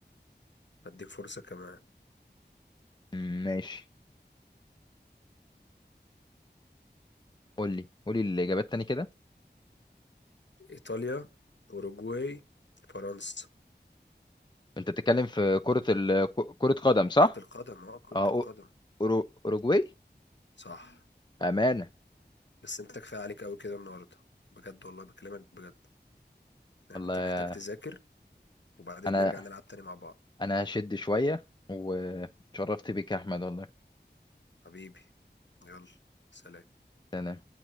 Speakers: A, on the left; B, on the left.
A: هديك فرصة كمان
B: مم، ماشي قول لي قول لي الاجابات تاني كده
A: إيطاليا أوروجواي فرنسا
B: انت بتتكلم في كرة ال... ك- كرة قدم صح
A: كرة القدم اه كرة
B: اه
A: القدم
B: أو- أورو- اوروجواي
A: صح
B: امانة
A: بس انت كفاية عليك أوي كده النهاردة بجد والله بكلمك بجد يعني
B: والله
A: انت محتاج تذاكر وبعدين
B: انا
A: نرجع نلعب تاني مع بعض
B: انا هشد شوية وشرفت بيك يا احمد والله
A: حبيبي يلا سلام
B: تمام.